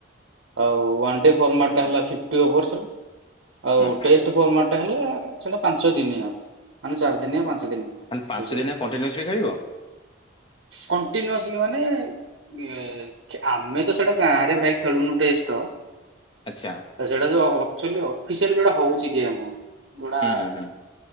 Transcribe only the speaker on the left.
ହୁଁ
ମାନେ ପାଞ୍ଚ
ଦିନିଆ
କଣ୍ଟିନ୍ୟୁସଲି
<unintelligible>
ଆଚ୍ଛା।
ହୁଁ ହୁଁ ହୁଁ